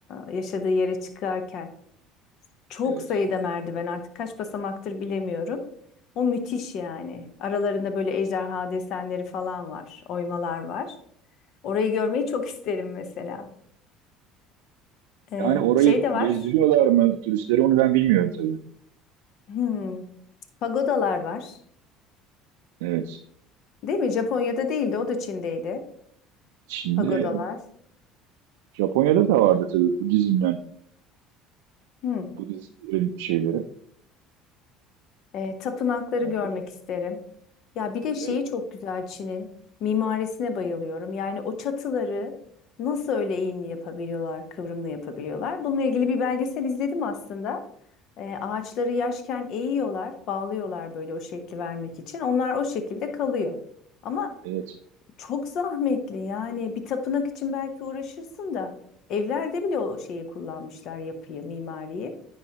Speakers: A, on the left; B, on the right.
A: e, yaşadığı yere çıkarken. Çok
B: Evet.
A: sayıda merdiven artık kaç basamaktır bilemiyorum. O müthiş yani. Aralarında böyle ejderha desenleri falan var, oymalar var. Orayı görmeyi çok isterim mesela. Ee,
B: Yani orayı
A: şey de var.
B: gezdiriyorlar mı turistleri onu ben bilmiyorum tabii.
A: Hmm, pagodalar var.
B: Evet.
A: Değil mi? Japonya'da değildi, o da Çin'deydi.
B: Şimdi
A: Pagodalar.
B: Japonya'da da vardı tabii Budizm'den
A: Hmm,
B: Budistlerin şeyleri,
A: ee, tapınakları
B: tapınakları.
A: görmek isterim. Ya bir de şeyi
B: Evet,
A: çok güzel Çin'in mimarisine bayılıyorum. Yani o çatıları nasıl öyle eğimli yapabiliyorlar, kıvrımlı yapabiliyorlar. Bununla ilgili bir belgesel izledim aslında. Ee, ağaçları yaşken eğiyorlar, bağlıyorlar böyle o şekli vermek için. Onlar o şekilde kalıyor. Ama
B: evet.
A: Çok zahmetli yani bir tapınak için belki uğraşırsın da evlerde bile o şeyi kullanmışlar yapıyı, mimariyi.